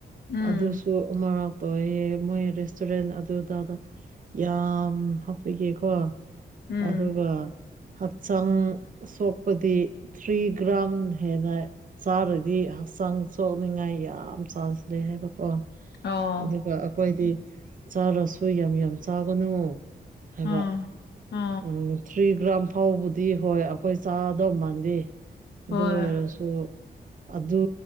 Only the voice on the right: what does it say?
ꯑꯗꯨꯁꯨ ꯑꯃꯥꯔꯛ ꯇꯣꯏꯑꯦꯍꯦ ꯃꯣꯏ ꯔꯦꯁꯇꯨꯔꯦꯟ ꯑꯗꯨꯗꯥꯗ ꯌꯥꯝ ꯍꯛ ꯄꯤꯒꯦꯀꯣ
ꯑꯗꯨꯒ ꯍꯛꯆꯥꯡ ꯁꯣꯛ ꯄꯗꯤ ꯊ꯭ꯔꯤ ꯒ꯭ꯔꯥꯝ ꯍꯦꯟꯅ ꯆꯥꯔꯗꯤ ꯍꯛꯆꯥꯡ ꯁꯣꯛꯅꯤꯡꯉꯥꯏ ꯌꯥꯝ ꯆꯥꯟꯁ ꯂꯩ ꯍꯥꯏꯕꯀꯣ
ꯑꯗꯨꯒ ꯑꯩꯈꯣꯏꯗꯤ ꯆꯥꯔꯁꯨ ꯌꯥꯝ ꯌꯥꯝ ꯆꯥꯒꯅꯨ ꯍꯥꯏꯕ
ꯎꯝ ꯊ꯭ꯔꯤ ꯒ꯭ꯔꯥꯝ ꯐꯥꯎꯕꯗꯤ ꯍꯣꯏ ꯑꯩꯈꯣꯏ ꯆꯥꯗꯧ ꯃꯥꯟꯗꯦ ꯑꯗꯨ
ꯑꯣꯏꯔꯁꯨ ꯑꯗꯨ